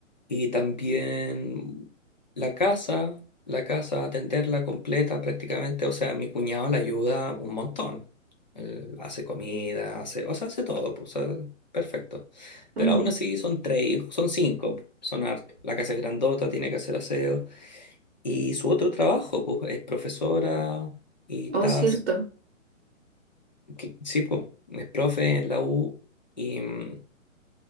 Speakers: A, on the left; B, on the right.
A: Y también la casa, la casa, atenderla completa prácticamente, o sea, mi cuñado la ayuda un montón. Él hace comida, hace, o sea, hace todo, pues, o sea, perfecto. Pero
B: ujú.
A: aún así son tres, hijos- son cinco, son hartos. La casa es grandota, tiene que hacer aseo. Y su otro trabajo, pues, es profesora y estás,
B: Oh, cierto,
A: que- sí, pues, es profe en la U. Y, mm,